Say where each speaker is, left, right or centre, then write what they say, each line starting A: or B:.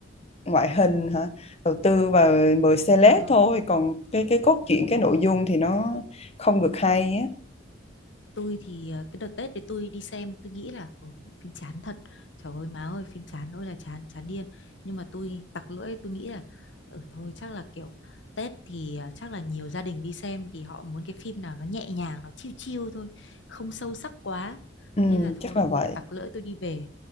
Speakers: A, on the left; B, on the left.
A: ngoại hình hả đầu tư vào mời celeb
B: Ờ,
A: thôi còn cái cái cốt truyện
B: đúng
A: cái
B: đúng
A: nội
B: đúng.
A: dung thì nó không được hay á
B: tôi thì ờ, cái đợt Tết thì tôi đi xem tôi nghĩ là "Ồ, phim chán thật trời ơi má ơi phim chán ôi là chán chán điên nhưng mà tôi tặc lưỡi tôi nghĩ là ừ thôi chắc là kiểu Tết thì ờ, chắc là nhiều gia đình đi xem thì họ muốn cái phim nào nó nhẹ nhàng nó chill chill thôi không sâu sắc quá
A: ừ,
B: thế là thôi
A: chắc là vậy
B: tôi lại tặc lưỡi tôi đi về